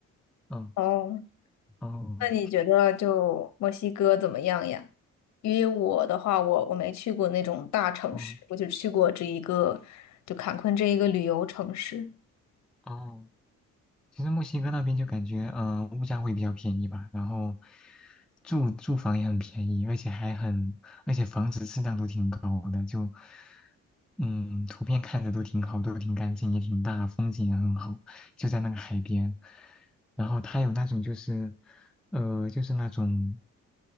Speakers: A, in the centre; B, on the left.
A: 嗯，
B: 哦，
A: 哦，
B: 那你觉得就墨西哥怎么样呀？因为我的话，我我没去过那种大城市，
A: 哦，
B: 我就去过这一个，就坎昆这一个旅游城市。
A: 哦。其实墨西哥那边就感觉，嗯、物价会比较便宜吧，然后住住房也很便宜，而且还很，而且房子质量都挺高的，就，嗯，图片看着都挺好，都挺干净，也挺大，风景也很好，就在那个海边。然后它有那种就是，呃，就是那种